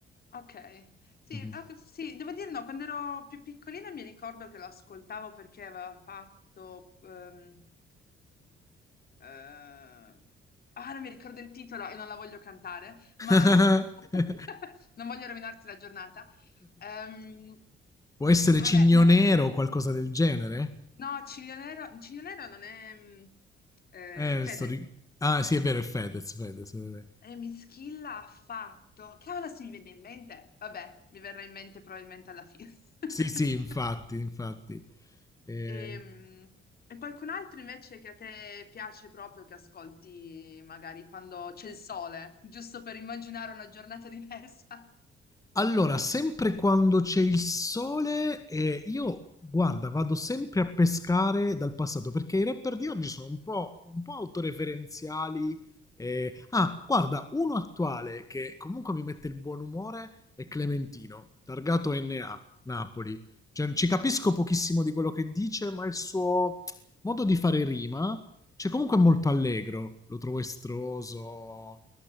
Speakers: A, on the left; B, on the left.
A: Ok, sì,
B: Mhm.
A: ok, sì, devo dire no, quando ero più piccolina mi ricordo che lo ascoltavo perché aveva fatto... ehm, eh, Ah, non mi ricordo il titolo e non la voglio cantare,
B: <laughs>
A: ma <laughs> non voglio rovinarti la giornata. Ehm,
B: Può essere
A: vabbè,
B: Cigno
A: ne-
B: Nero o qualcosa del genere?
A: no, Ciglio Nero, Ciglio Nero non è mm, eh,
B: Eh,
A: Fede.
B: sto ri- Ah, sì, è vero, è Fedez, Fedez. è vero.
A: E Mischilla ha fatto. Cavolo, se mi viene in mente. Vabbè, mi verrà in mente probabilmente alla fine. <laughs>
B: Sì, sì, infatti, infatti. Eh,
A: Ehm, E, qualcun altro invece che a te piace proprio che ascolti magari quando c'è il sole, giusto per immaginare una giornata <laughs> diversa?
B: allora, sempre quando c'è il sole, eh, io guarda, vado sempre a pescare dal passato perché i rapper di oggi sono un po', un po' autoreferenziali. eh. Ah, guarda, uno attuale che comunque mi mette il buon umore è Clementino, targato NA, Napoli. Cioè, ci capisco pochissimo di quello che dice, ma il suo modo di fare rima, cioè comunque è molto allegro, lo trovo estroso,